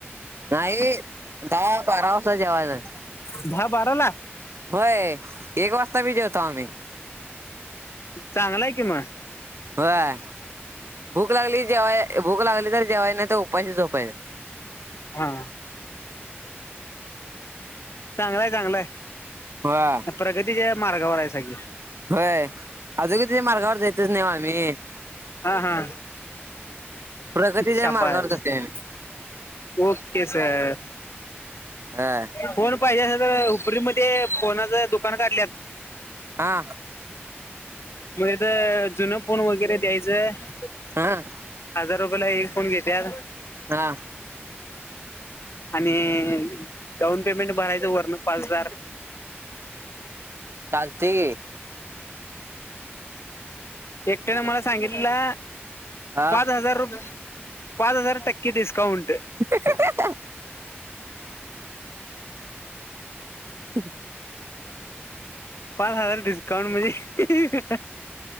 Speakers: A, on the right (about 75°); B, on the left (about 80°).
A: नाहीत. दहा, बारा वाजता जेवायला.
B: दहा, बाराला.
A: होय एक वाजता बी जेवतो आम्ही.
B: चांगलाय कि मग.
A: होय भूक लागली जेवय, भूक लागली तर जेवाय नाही तर उपाशी झोपायच.
B: आहा. <unintelligible> चांगलाय, चांगलाय.
A: ह..
B: प्रगतीच्या मार्गावर आहेसाकी.
A: होय अजून क त मार्गावर जायचच नाही आम्ही.
B: हा हा.
A: प्रगतीच्या
B: शाबास
A: मार्गावर जातोय आम्ही.
B: Okay, sir.
A: होय
B: फोन पाहिजे अस तर उपरी मध्ये फोनाच दुकान काढल्यात.
A: हा.
B: म तिथ जुनं फोन वगैरे द्यायचं
A: हा..
B: हजार रुपयाला एक फोन घेत्यात.
A: हा.
B: आणि डाउन पेमेंट भरायचं, वरनं पाच हजार.
A: चालतय की,
B: एकट्याने मला सांगितला
A: हा
B: पाच हजार रुप, पाच हजार टक्के डिस्काउंट
A: ह ह
B: पाच हजार डिस्काउंट म्हणजे,